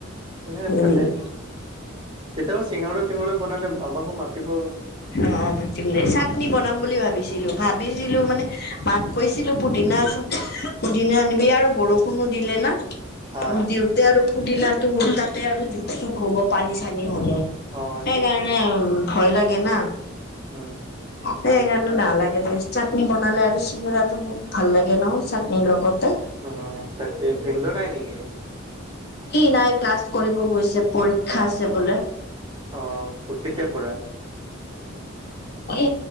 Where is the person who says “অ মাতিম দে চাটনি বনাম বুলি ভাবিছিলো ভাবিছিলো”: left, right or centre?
Left